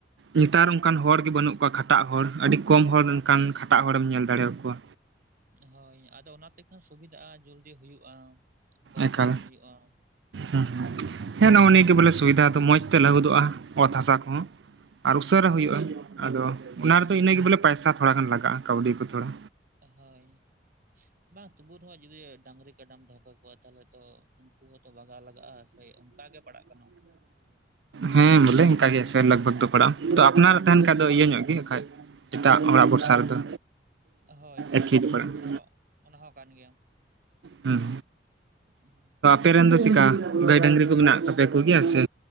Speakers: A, on the right; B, on the right.
A: ᱱᱮᱛᱟᱨ ᱚᱱᱠᱟᱱ ᱦᱚᱲ ᱜᱮ ᱵᱟᱹᱱᱩᱜ ᱠᱚᱣᱟ᱾ ᱠᱷᱟᱴᱟᱜ ᱦᱚᱲ ᱟᱹᱰᱤ ᱠᱚᱢ ᱦᱚᱲ ᱚᱱᱠᱟᱱ ᱠᱷᱟᱴᱟᱜ ᱦᱚᱲᱮᱢ ᱧᱮᱞ ᱫᱟᱲᱮ ᱟᱠᱚᱣᱟ᱾
B: ᱦᱳᱭ ᱟᱫᱚ ᱚᱱᱟ ᱛᱮ ᱠᱷᱟᱱ ᱥᱩᱵᱤᱫᱷᱟᱜᱼᱟ ᱡᱚᱞᱫᱤ ᱦᱩᱭᱩᱜᱼᱟ᱾ ᱠᱚᱥᱴᱚ
A: ᱮᱠᱟᱞ
B: ᱵᱟᱝ ᱦᱩᱭᱩᱜᱼᱟ ᱦᱩᱸ᱾
A: ᱦᱩᱸ ᱦᱩᱸ ᱦᱮᱸ ᱱᱚᱜᱼ ᱱᱤᱭᱟᱹ ᱜᱮ ᱵᱚᱞᱮ ᱥᱩᱵᱤᱫᱷᱟ ᱫᱚ ᱢᱚᱸᱡᱽ ᱛᱮ ᱞᱟᱹᱦᱩᱫᱚᱜᱼᱟ ᱚᱛ ᱦᱟᱥᱟ ᱠᱚᱦᱚᱸ᱾ ᱟᱨ ᱩᱥᱟᱹᱨᱟ
B: ᱦᱳᱭ
A: ᱦᱩᱭᱩᱜᱼᱟ ᱟᱫᱚ
B: ᱦᱮᱸ
A: ᱚᱱᱟ ᱨᱮᱫᱚ ᱤᱱᱟᱹᱜᱮ ᱵᱚᱞᱮ ᱯᱚᱭᱥᱟ ᱛᱷᱚᱲᱟ ᱜᱟᱱ ᱞᱟᱜᱟᱜᱼᱟ ᱠᱟᱹᱣᱰᱤ ᱠᱚ ᱛᱷᱚᱲᱟ᱾
B: ᱦᱳᱭ ᱵᱟᱝ ᱛᱩᱵᱩ ᱨᱮᱦᱚᱸ ᱡᱩᱫᱤ ᱰᱟᱺᱜᱽᱨᱤ ᱠᱟᱰᱟᱢ ᱫᱚᱦᱚ ᱠᱟᱠᱚᱣᱟ ᱛᱟᱦᱚᱞᱮ ᱛᱚ ᱩᱱᱠᱩ ᱦᱚᱸᱛᱚ ᱵᱟᱜᱟᱣ ᱞᱟᱜᱟᱜᱼᱟ ᱥᱮ ᱚᱱᱠᱟ ᱜᱮ ᱯᱟᱲᱟᱜ ᱠᱟᱱᱟ᱾
A: ᱦᱮᱸ ᱵᱚᱞᱮ ᱤᱱᱠᱟᱹ ᱜᱮ ᱥᱮ ᱞᱟᱜᱽ ᱵᱷᱟᱜᱽ ᱫᱚ ᱯᱟᱲᱟᱜᱼᱟ ᱛᱳ ᱟᱯᱱᱟᱨᱮ ᱛᱟᱦᱮᱱ
B: ᱦᱳᱭ
A: ᱠᱷᱟᱡ ᱫᱚ ᱤᱭᱟᱹ ᱧᱚᱜ ᱜᱮ ᱵᱟᱠᱷᱟᱡ᱾ ᱮᱴᱟᱜ ᱦᱚᱲᱟᱜ ᱵᱷᱚᱨᱥᱟ ᱨᱮᱫᱚ
B: ᱦᱳᱭ ᱦᱳᱭ
A: ᱮᱛᱷᱤᱴ ᱯᱟᱲᱟᱜ -ᱟ᱾
B: ᱚᱱᱟ ᱦᱚᱸ ᱚᱱᱟ ᱦᱚᱸ ᱠᱟᱱ ᱜᱮᱭᱟ
A: ᱦᱮᱸ,
B: <unintelligible>
A: ᱟᱯᱮᱨᱮ ᱨᱮᱱ ᱫᱚ ᱪᱮᱠᱟ ᱜᱟᱹᱭ ᱰᱟᱹᱝᱨᱤ ᱠᱚ ᱢᱮᱱᱟᱜ ᱛᱟᱯᱮ ᱠᱚ ᱜᱮᱭᱟ ᱥᱮ